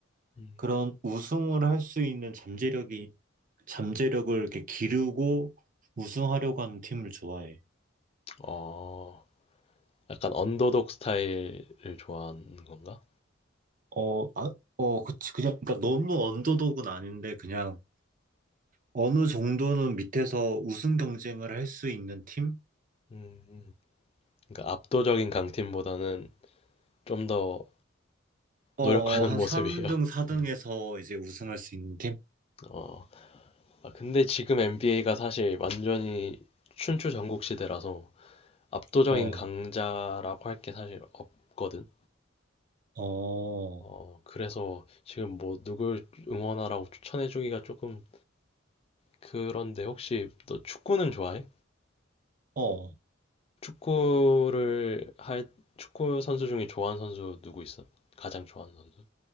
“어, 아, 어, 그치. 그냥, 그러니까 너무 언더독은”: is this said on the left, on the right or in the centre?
Right